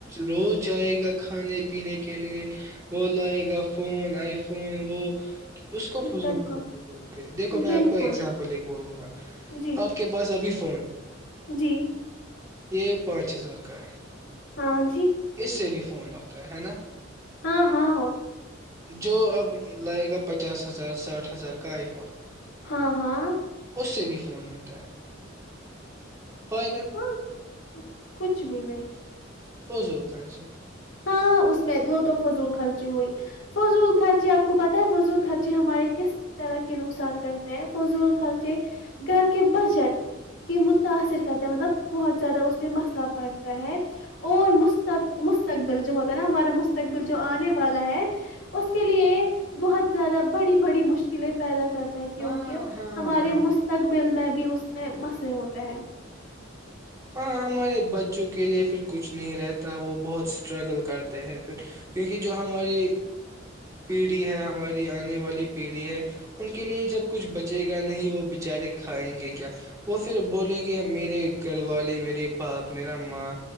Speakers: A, on the right; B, on the left.
A: روز جائے گا کھانے پینے کے لیے وہ لائے گا فون آئی فون وہ اس کو فضول
B: بالکل
A: ب دیکھو میں
B: بالکل
A: آپ کو ایگزامپل ایک بولوں گا
B: جی
A: آپ کے پاس ابھی <inaudible>
B: جی
A: یہ پانچ ہزار کا
B: ہاں جی
A: ہے اس سے بھی فون ہوتا ہے ہے نا
B: ہاں ہاں ہوتے
A: جو اب لگے گا پچ پچاس ہزار ساٹھ ہزار کا آئی فون
B: ہاں ہاں
A: اس سے بھی فون ہوتا فائدہ
B: ہاں کچھ بھی نہیں
A: س سو خر سے
B: ہاں اس میں وہ تو فضول خرچی ہوئی فضول خرچے آپ کو پتہ ہے فضول خرچے ہمارے کس طرح کے نقصان کرتے ہیں فضول خرچے گھر کے بجٹ کے متاثر کرتے ہیں مطلب بہت زیادہ اس پہ مسئلہ پڑتا ہے اور مستب مستقبل جو ہوتا ہے نا ہمارا مستقبل جو آنے والا ہے اس کے لیے بہت زیادہ بڑی بڑی مشکلیں پیدا کرتا ہے کیونکہ
A: ہاں ہاں
B: ہمارے
A: ہاں
B: مستقبل میں بھی اس میں مسئلے ہوتے ہیں
A: ہاں ہمارے بچوں کے لیے پھر کچھ نہیں رہتا وہ بہت اسٹرگل کرتے ہیں پھر کیونکہ جو ہماری پیڑھی ہے ہماری آنے والی پیڑھی ہے ان کے لیے جب کچھ بچے گا نہیں وہ بچارے کھائیں گے کیا وہ پھر بولے گی میرے گھر والے میرے باپ میرا ماں